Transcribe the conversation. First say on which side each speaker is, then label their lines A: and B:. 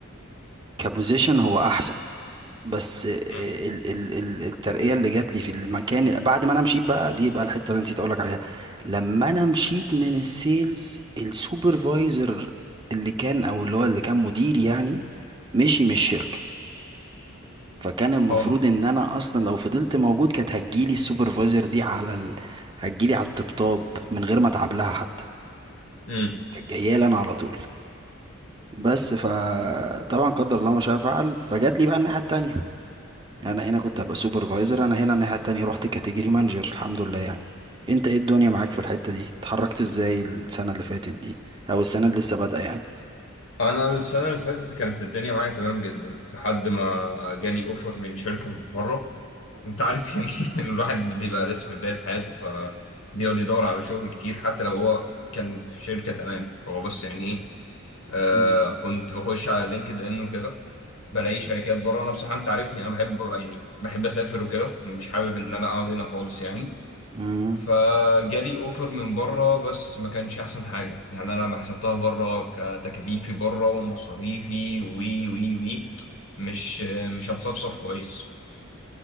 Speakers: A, on the right; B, on the left.
A: كبوزيشن هو أحسن بس آه،
B: مم.
A: ال ال ال الترقية اللي جات لي في المكان بعد ما أنا مشيت بقى دي بقى الحتة اللي أنا نسيت أقولك عليها لما أنا مشيت من السيلز السوبرفايزر اللي كان أو اللي هو اللي كان مدير يعني مشي من الشركة فكان المفروض
B: اه
A: ان انا اصلا لو فضلت موجود كانت هتجيلي السوبرفايزر دي على ال... هتجيلي على الطبطاب من غير ما اتعب لها حتى
B: امم
A: كانت جايه لي انا على طول بس فطبعا قدر الله ما شاء فعل فجات لي بقى الناحيه التانية يعني انا هنا كنت هبقى سوبرفايزر انا هنا الناحيه التانية رحت كاتيجوري مانجر الحمد لله يعني انت ايه الدنيا معاك في الحته دي اتحركت ازاي السنه اللي فاتت دي او السنه اللي لسه بادئه يعني
B: انا السنه اللي فاتت كانت الدنيا معايا تمام جدا لحد ما جالي اوفر من شركه من بره انت عارف يعني <laughs> إن الواحد بيبقى لسه في بداية حياته فبيقعد يدور على شغل كتير حتى لو هو كان في شركة تمام هو بس يعني ايه آه
A: مم.
B: كنت بخش على لينكد ان وكده بلاقي شركات بره انا بصراحة انت عارفني انا بحب يعني بحب اسافر وكده مش حابب ان انا اقعد هنا خالص يعني
A: مم.
B: فجالي اوفر من بره بس ما كانش احسن حاجة يعني انا لما حسبتها بره كتكاليفي بره ومصاريفي وي وي وي مش مش هتصفصف كويس